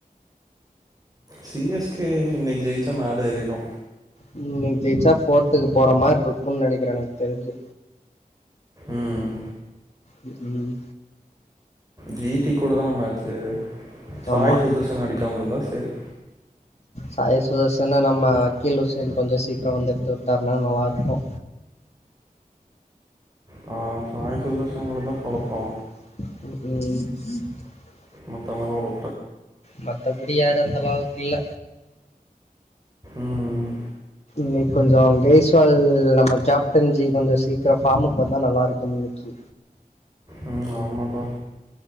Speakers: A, on the right; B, on the left.
A: சி எஸ் கே இன்னைக்கு ஜெய்ச் மேல ஏறிறோ
B: ம் இன்னிக்கு ஜெய்ச்சா போரத்துக் போற மார்ருக்கு நெனைக்கிற எனக்கு தெரிஞ்சு
A: ம்
B: ம் ம்
A: டி டி கூட தான மேச்சு சாய்
B: ஆமாம்
A: சுதர்ஷன் அடிக்காம இருந்தா செரி
B: சாய சுதர்சனா நம்ம அக்கீல் உஷன் கொஞ்சோ சீக்கிரோ வந்து எடுத்து வுட்டாருன்னா நல்லாருக்கு
A: ஆ <unintelligible>
B: உம்
A: பொழப்பா
B: ம் உம்
A: மத்தவங்களோட
B: மத்தபடி யார் அந்த அளவுக் இல்ல
A: ம்
B: நீ கொஞ்சோ அங்கேய் சோ அது நம்ம கேப்டன்ஜி கொஞ்சோ சீக்கிரோ ஃபார்முக்கு வந்தா நல்லா இருக்கும் இன்னிக்கி
A: உம் ஆமாடா